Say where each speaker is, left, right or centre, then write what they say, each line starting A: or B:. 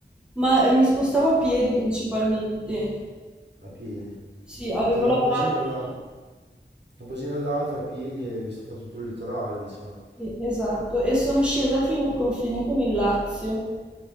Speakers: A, in the centre; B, on the right (about 70°).
A: Ma eh, mi spostavo a piedi principalmente.
B: a piedi.
A: Sì, avevo
B: Cioè
A: la
B: da un paesino
A: macchina.
B: alla- da un paesino all'altro a piedi e vi si fa tutto il litorale, diciamo.
A: Sì, esatto, e sono scesa fino al confine con il Lazio.